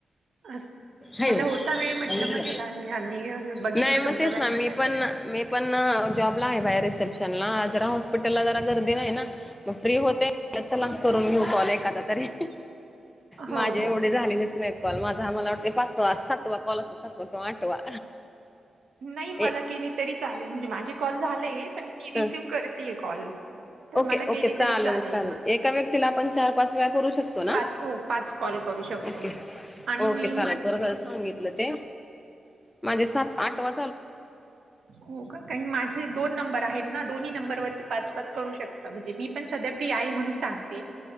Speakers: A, on the right; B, on the left.
A: अस
B: हम्म.
A: मला होता वेळ म्हंटलं म चला आहे आणि बघितला
B: नाही मग
A: तुमचा
B: तेच
A: मेसेज
B: ना मी
A: म्हटलं
B: पण
A: की
B: मी पण जॉबला आहे बाया रिसेप्शनला जरा हॉस्पिटलला जरा गर्दी नाही ना मग फ्री होते चला करून घेऊ कॉल एखादा तरी
A: <unintelligible> <inaudible> <unintelligible> <inaudible>
B: माझे
A: हो
B: एवढे झालेलेच नाहीत कॉल माझा आम्हाला वाटते पाचवा सातवा कॉल अस सातवा किंवा आठवा
A: नाही मला
B: ए
A: केली तरी चालेल म्हणजे माझे कॉल झालाय पण मी रिसिव्ह
B: ह
A: करतेय कॉल तर
B: ओके
A: म केली
B: ओके
A: तरी चालेल
B: एका व्यक्तीला आपण चार पाच वेळा करू शकतो ना
A: पाच पाच कॉल करू शकतो
B: ओके
A: आणि
B: ओके
A: मी
B: चालेल बरं झालं सांगितलं ते माझे सात आठवा
A: हो का कारण माझे दोन नंबर आहेत ना दोन्ही नंबरवररती पाच पाच करू शकत म्हणजे मी पण सध्या फ्री आहे म्हणून सांगते